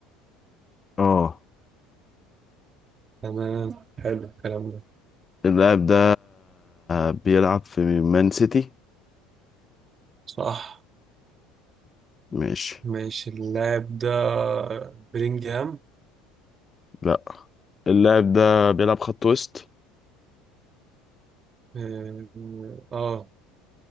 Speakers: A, on the left (about 25°); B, on the right (about 35°).
A: اه
B: تمام حلو الكلام ده
A: اللاعب ده بيلعب في مان سيتي
B: صح
A: ماشي
B: ماشي اللاعب ده بلينجهام
A: لا اللاعب ده بيلعب خط وسط
B: اه آه.